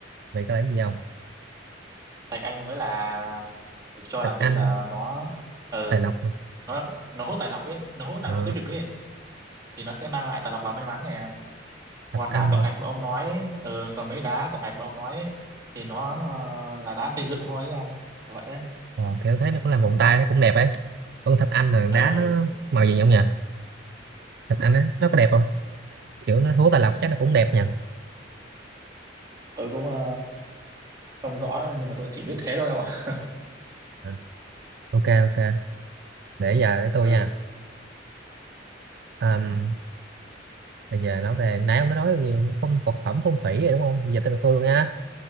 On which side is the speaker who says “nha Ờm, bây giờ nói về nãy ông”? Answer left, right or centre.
Right